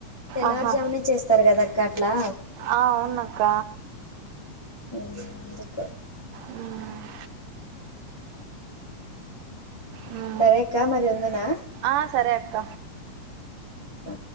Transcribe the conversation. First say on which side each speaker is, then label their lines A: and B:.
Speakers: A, on the left; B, on the right.
A: తెల్లవారుజామునే
B: ఆహా
A: చేస్తారు కదక్క అట్లా
B: ఆ అవునక్క
A: మ్మ్ అందుకే
B: మ్మ్ ఆ
A: సరేక్క మరి ఉందునా
B: ఆ సరే అక్క
A: ఆ